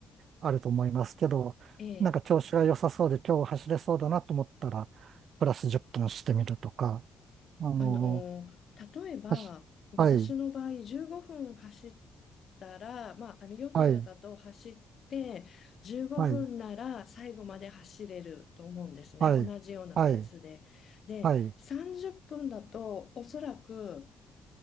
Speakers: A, on the right; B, on the left.
A: あると思いますけど、
B: ええ。
A: なんか調子が良さそうで今日走れそうだなと思ったら、プラス10分してみるとか、あの、
B: あのー例えば私の場合15分走っ
A: はしはい、
B: たら、まあ、あのヨタヨタと走って15分なら最後まで走れると思うんですね同じようなペースで。
A: はい、はい、はい、はい、
B: で30分だとおそらく
A: はい、